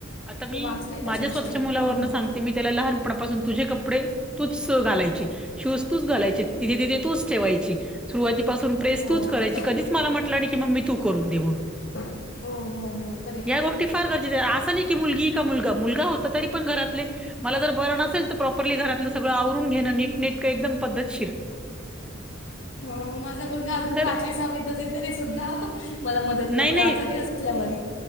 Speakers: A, in the centre; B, on the left.
A: आता मी,
B: वाचलंय त्याच्याविषयी
A: माझ्या स्वतःच्या मुलावरनं
B: हां हां.
A: सांगते मी त्याला लहानपणापासून तुझे कपडे, तूच घालायचे. शूज तूच घालायचे, तिथे तिथे तूच ठेवायचे. सुरुवातीपासून प्रेस
B: हो
A: तूच करायची, कधीच मला म्हटला नाही की मम्मी तू करून दे म्हणून.
B: हो हो हो. करेक्ट
A: या गोष्टी फार गरजेचच्या, असं नाही की मुलगी का मुलगा,, मुलगा होता तरी पण घरातले मला जर बरं नसेल, तर प्रॉपरली घरातलं सगळं आवरून घेणं, नीट नेटकं एकदम पद्धतशीर.
B: हो माझा मुलगा अजून
A: खरंच
B: पाचवी साहावीतचये तरी सुद्धा मला मदत
A: नाही,
B: करतो
A: नाही.
B: आजारी असल्यावर.